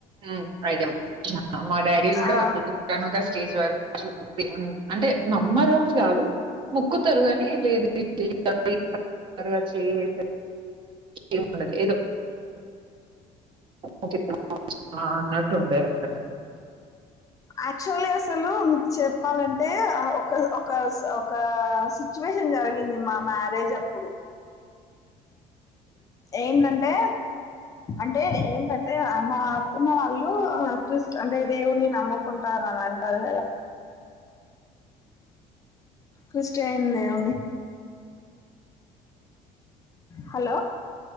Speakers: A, on the right; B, on the left.
A: ఉ ఐడియా ఉంది మా డాడీ కూడా
B: ఆ!
A: ఒకానొక స్టేజ్ వరకు దేవున్ని అంటే నమ్మరు అని కాదు మొక్కుతారు గానీ లేదు <unintelligible> ఎం ఉండదు ఏదో ఓకే ఆ అన్నటుండేది
B: యాక్చువలి అసలు మీకు చెప్పాలంటే ఒక ఒక స ఒక సిచ్చువే యేషన్ జరిగింది మా మ్యారేజప్పుడు ఏంటంటే అంటే ఏంటంటే మా అత్తమ్మ వాళ్ళు ఆ చుసి అంటే దేవుణ్ని నమ్ముకుంటారని అంటారు కదా క్రిస్టియన్ దేవున్నీ హలో